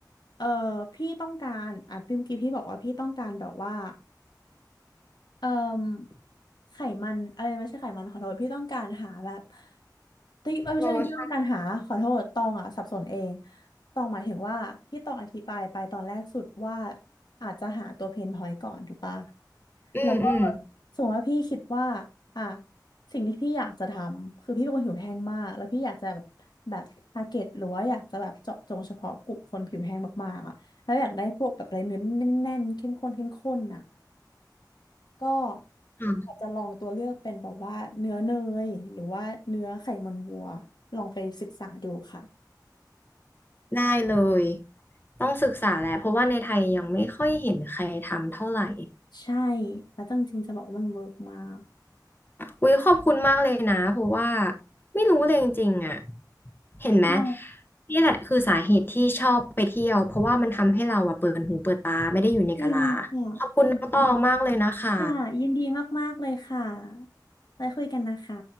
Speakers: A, on the left; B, on the left.
A: เอ่อพี่ต้องการอ่ะพี่เมื่อกี้พี่บอกว่าพี่ต้องการแบบว่าเอ่อไขมันอะไรนะไม่ใช่ไขมันขอโทษพี่ต้องการหาแบบ ติ๊กเอ้ยไม่ใช่เรื่องการหาขอโทษตองอ่ะสับสนเอง
B: โลชั่น
A: ตองหมายถึงว่าที่ตองอธิบายไปตอนแรกสุดว่าอาจจะหาตัวเพนพอยต์ก่อนถูกปะ
B: อืมอืม
A: แล้วก็สมมติว่าพี่คิดว่า อ่ะ สิ่งที่พี่อยากจะทำคือพี่เป็นคนผิวแห้งมาก แล้วพี่อยากจะแบบแบบทาร์เก็ตหรือว่าอยากจะแบบเจาะจงเฉพาะกลุ่มคนผิวแห้งมากๆอ่ะแล้วอยากได้พวกแบบอะไรเนื้อแน่นๆเข้มข้นเข้มข้นอ่ะ ก็
B: อ่ะ
A: อาจจะลองตัวเลือกเป็นแบบว่าเนื้อเนยหรือว่าเนื้อไขมันวัวลองไปศึกษาดูค่ะ
B: ได้เลยต้องศึกษาแหละเพราะว่าในไทยยังไม่ค่อยเห็นใครทำเท่าไหร่
A: ใช่แล้วจริงๆจะบอกว่ามันเวิร์กมาก
B: อุ้ยขอบคุณมากเลยนะเพราะว่าไม่รู้เลยจริงๆอ่ะเห็นไหม
A: อ๋อ
B: นี่แหละคือสาเหตุที่ชอบไปเที่ยวเพราะว่ามันทำให้เราอ่ะเปิดหูเปิดตาไม่ได้อยู่ในกะลา
A: จริงค่ะจริง
B: ขอบคุณน้องตองมากเลยนะคะ
A: ๆค่ะยินดีมากๆเลยค่ะไปคุยกันนะคะ